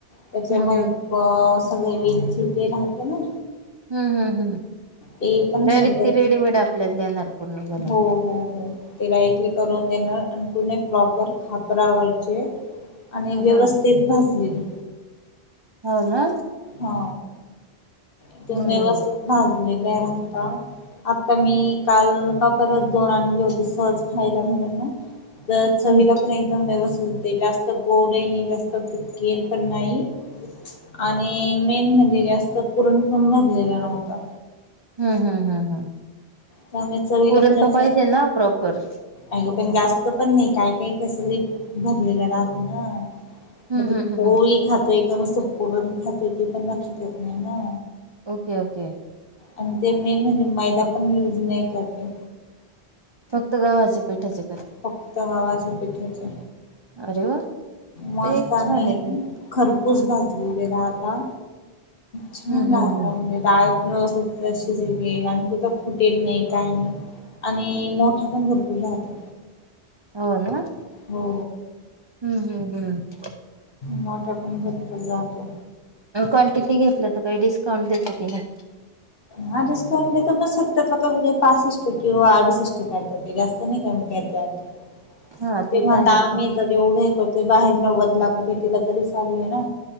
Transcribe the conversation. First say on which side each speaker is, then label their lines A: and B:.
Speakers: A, on the left; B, on the right.
A: त्याच्यामध्ये
B: हम्म हम्म.
A: तू सगळे वेलची ते राहते ना
B: हम्म! हम! हम!
A: ते पण
B: डायरेक्ट
A: सर्व
B: रेडीमेड आपल्याला देणार. पूर्ण बनवून.
A: हो! हो! हो! ते डायरेक्टली करून देणार आणि. पुणे प्रॉपर खापरावरचे. आणि
B: हम्म
A: व्यवस्थित
B: हम्म.
A: भाजलेले.
B: हो ना!
A: हा. इथून
B: हम्म.
A: व्यवस्थित भाजलेले राहता. आता मी काल खापरच दोन आणले होते सहज खायला म्हणून. तर चवीला
B: हम्म हम्म
A: पण एकदम व्यवस्थित ते जास्त गोड ही नाही, जास्त फिके पण नाही. आणि मेन म्हणजे जास्त पुरण पण भरलेला न्हवता.
B: हम्म हम्म हम्म हम्म.
A: त्यामुळे चवीला
B: पुरण
A: पण
B: तर
A: असं,
B: पाहिजे ना प्रॉपर.
A: आगं पण जास्त पण नाही, काय काय कसली भरलेलं राहत ना.
B: हम्म
A: मग ती
B: हम्म
A: पोळी
B: हम्म.
A: खातोय का नुसत पुरण खातोय ते पण लक्षात येत नाही ना.
B: Okay okay.
A: आणि ते मेन म्हणजे मैदा पण युज नाही करते.
B: फक्त गव्हाचे पीठाचे?
A: फक्त गव्हाचे पीठाचे.
B: अरे वा.
A: मस्त
B: ते एक
A: आणि
B: छान आहे त्यांचं
A: खरपूस भाजलेलेे राहात ता. छान
B: हम्म हम्म
A: राहता
B: हम्म.
A: म्हणजे डाळ व्यवस्थित शिजले आणि कुठ फुटेल नई काय नई. आणि मोठा पण भरपूर राहतो.
B: हो ना?
A: हो.
B: हम्म हम्म हम्म
A: मोठा पण भरपूर राहतो.
B: क्वांटिटी घेतलं तर काही डिस्काउंट देतो की नई?
A: हा डिस्काउंट देतातच सत्तर टक्के, पासष्ट टक्के व अडुसष्ट टक्के काय तरी जास्त नई नई का <unintelligible>
B: हा ते
A: एक म्हणता
B: तर आहेच
A: आम्ही
B: ना.
A: जर एवढे करतोय, बाहेर नव्वदला का कितीला तरी चालू आहे ना.